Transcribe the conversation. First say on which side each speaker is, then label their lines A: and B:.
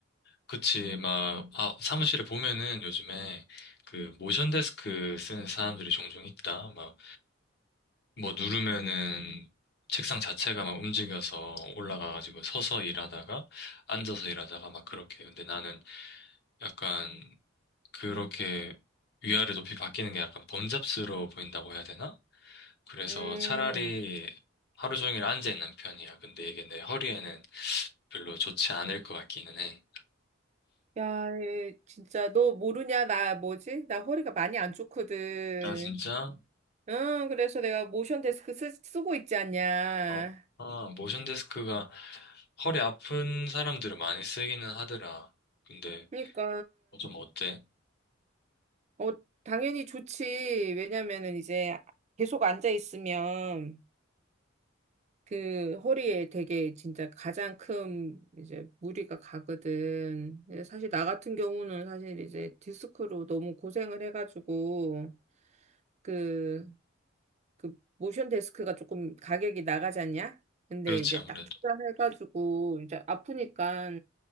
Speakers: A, on the left; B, on the right.
A: 그치. 막, 음, 아, 사무실에 보면은 요즘에 그 모션 데스크 쓰는 사람들이 종종 있다. 막, 뭐 누르면은 책상 자체가 막 움직여서 올라가가지고 서서 일하다가 앉아서 일하다가 막 그렇게. 근데 나는 약간 그렇게 위아래 높이 바뀌는 게 약간 번잡스러워 보인다고 해야 되나? 그래서
B: 음.
A: 차라리 하루 종일 앉아 있는 편이야. 근데 이게 내 허리에는 별로 좋지 않을 것 같기는 해.
B: 야, 이- 진짜 너 모르냐? 나 뭐지? 나 허리가 많이 안 좋거든.
A: 아, 진짜?
B: 응, 그래서 내가 모션 데스크 쓰, 쓰고 있지 않냐.
A: 어. 아, 모션 데스크가 허리 아픈 사람들은 많이 쓰기는 하더라. 근데
B: 그러니까
A: 좀 어때?
B: 어, 당연히 좋지. 왜냐면은 이제 계속 앉아 있으면 그 허리에 되게 진짜 가장 큰 이제 무리가 가거든. 근데 사실 나 같은 경우는 사실 이제 디스크로 너무 고생을 해가지고 그, 그 모션 데스크가 조금 가격이 나가지 않냐? 근데
A: 그렇지,
B: 이제
A: 아무래도.
B: 딱 투자해가지고 이제 아프니까